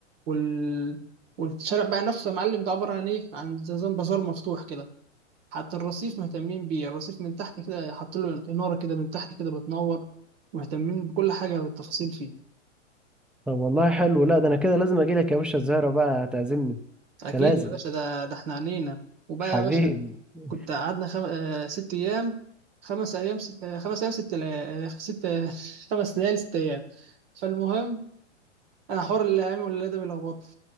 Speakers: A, on the right; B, in the centre.
A: وال... والشارع بقى نفسه يا معلم ده عباره عن ايه عن زي نظام بازار مفتوح كده حتى الرصيف مهتمين بيه الرصيف من تحت كده حاطين له اناره كده من تحت كده بتنور مهتمين بكل حاجه بالتفاصيل فيه
B: طب والله حلو لا ده انا كده لازم اجي لك يا باشا الزهره بقى تعزمني
A: اكيد
B: ده لازم
A: يا باشا ده ده احنا عنينا وبقى
B: حبيبي
A: يا باشا
B: <laughs>
A: كنت قعدنا خم... آه، ست ايام خمس ايام ست... آه، خمس ايام ست لا... آه، ست آه، <laughs> خمس ليالي ست ايام فالمهم انا حوار الايام والليله ده بيلخبط <laughs>